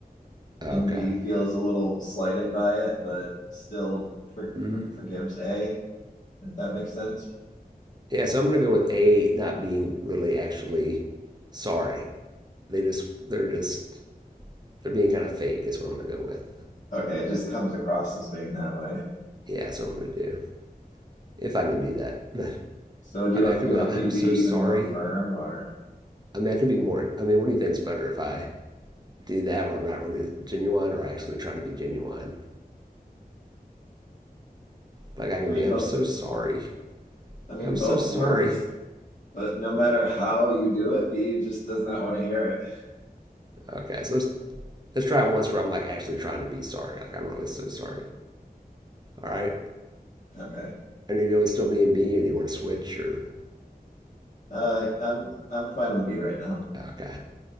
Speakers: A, on the right; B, on the left.
A: Okay.
B: and B feels a little slighted by it, but still for,
A: Mm.
B: for, forgives A, if that makes sense.
A: Yeah, so I'm gonna go with A not being really actually sorry. They just they're just they're being kind of fake is what I'm gonna go with.
B: Okay, it just comes across as being that way.
A: Yeah, that's what I'm gonna do. If I can do that. <laughs>
B: So do
A: I
B: you
A: mean
B: want,
A: I could
B: do
A: be
B: you
A: like,
B: want me
A: I'm
B: to be
A: so sorry.
B: even more firm or,
A: I mean I could be more I mean, what do you think's better if I do that where I'm not really genuine or I actually try to be genuine? Like I can
B: I mean,
A: be, I'm
B: both?
A: so sorry.
B: I mean,
A: Like I'm
B: both
A: so sorry.
B: works, but no matter how you do it, B just does not want to hear it.
A: Okay, so let's let's try it once where I'm like actually trying to be sorry. Like I'm really so sorry. All right.
B: Okay.
A: And you go with still being B or do you want to switch or
B: Uh, I'm I'm fine with B right now.
A: okay.